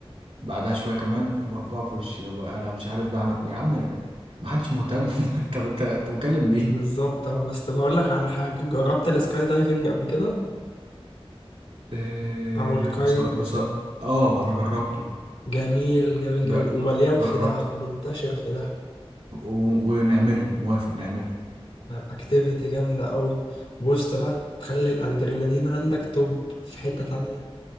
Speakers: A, on the right; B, on the left.
A: بعدها شوية كمان مرفوعة في وشي يبقى انا مش عارف بعمل يا عم محدش مهتم <laughs> انت بت- انت بتكلم مين
B: بالظبط اه بس بقول لك على حاجة جربت السكاي دايفنج قبل كده
A: <laughs> آه،
B: او الكايت
A: بص بص اه انا جربته
B: جميل جميل جميل
A: ج...
B: ومليان في
A: جربته
B: دهب منتشر في دهب
A: و... ونعمله موافق نعمله
B: اكتيفيتي جامدة قوي بص بقى تخلي الادرينالين عندك توب في حتة تانية